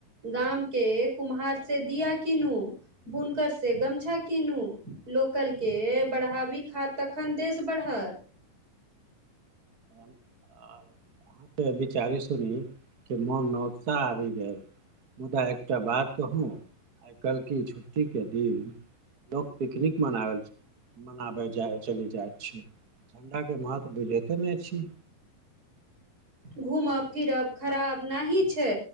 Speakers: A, on the right; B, on the right.
A: गाम के कुम्हार से दिया किनु। बुनकर से गमछा कीनू लोकल के बढ़ाबी खा तखन देश। बढ़त।
B: फोन आ। हँ त, विचारी सुनी के मन न उत्साह आ गेल। मुदा एकटा बात कहूँ? आइ काल्हि क छुट्टीके दिन, लोक पिकनिक मनायल छै। मनाबे जा चलि जाइत छी, ठण्डाे महत्व बुझैते ने छी।
A: घूमब फिरब खराब न ही छै,